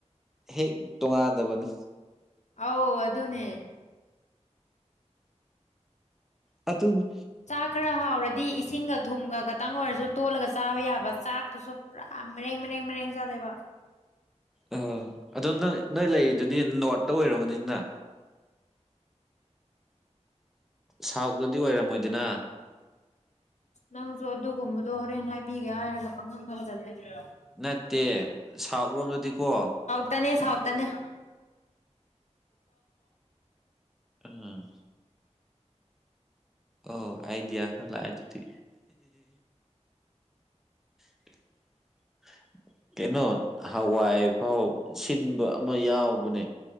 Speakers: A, in the centre; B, on the left.
A: ꯍꯦꯛ ꯇꯣꯉꯥꯟꯗꯕꯅꯤ
B: ꯑꯥꯎ ꯑꯗꯨꯅꯦ
A: ꯑꯗꯨꯅꯤ
B: ꯆꯥꯛ ꯈꯔ ꯍꯥꯎꯔꯗꯤ ꯏꯁꯤꯡꯒ ꯊꯨꯝꯒ ꯈꯛꯇꯪ ꯑꯣꯏꯔꯁꯨ ꯇꯣꯠꯂꯒ ꯆꯥꯕ ꯌꯥꯕ ꯆꯥꯛꯇꯨꯁꯨ ꯄꯨꯔꯥ ꯃꯔꯦꯡ ꯃꯔꯔꯦꯡ ꯃꯔꯦꯡ ꯆꯠꯂꯦꯕ
A: ꯑ ꯑꯗꯣ ꯅꯪ ꯅꯣꯏ ꯂꯩꯔꯤꯗꯨꯗꯤ ꯅꯣꯔꯠꯇ ꯑꯣꯏꯔꯝꯒꯅꯤꯅ ꯁꯥꯎꯠꯇꯗꯗꯤ ꯑꯣꯏꯔꯝꯃꯣꯏꯗꯅ
B: ꯅꯪꯖꯨ ꯑꯗꯨꯒꯨꯝꯕꯗꯣ ꯍꯣꯔꯦꯟ ꯍꯥꯏꯕꯤꯒꯦ ꯍꯥꯏꯔꯒ ꯄꯪꯍꯪꯗ ꯍꯪꯖꯜꯂꯦ
A: ꯅꯠꯇꯦ ꯁꯥꯎꯠꯔꯣꯝꯗꯗꯤꯀꯣ
B: ꯁꯥꯎꯠꯇꯅꯦ ꯁꯥꯎꯠꯇꯅꯦ
A: ꯎꯝ ꯑꯣ ꯑꯥꯏꯗꯤꯌꯥ ꯈ꯭ꯔ ꯂꯥꯛꯑ‌ꯦ ꯑꯗꯨꯗꯤ <unintelligible> ꯀꯩꯅꯣ ꯍꯋꯥꯏꯐꯥꯎ ꯁꯤꯟꯕ ꯑꯃ ꯌꯥꯎꯕꯅꯦ